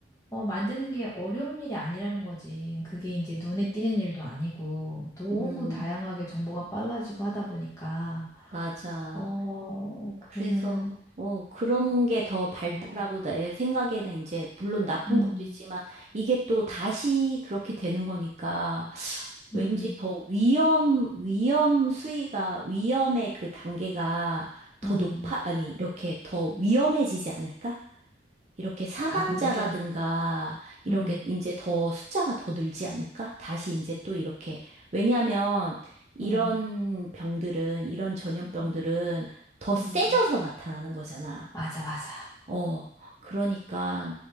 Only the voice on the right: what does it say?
음,
맞아.
그래서,
어, 그런 게 더 발달하고
내 생각에는 이제, 물론 나쁜
것도 있지만, 이게 또 다시
그렇게 되는 거니까, 왠지
더 위험, 위험 수위가, 위험의 그 단계가 더
높아, 아니, 이렇게 더 위험해지지 않을까? 이렇게 사망자라든가
이런
게 이제 더 숫자가 더 늘지 않을까? 다시 이제 또 이렇게. 왜냐하면 이런
병들은, 이런 전염병들은
더 세져서
나타나는 거잖아.
어, 그러니까,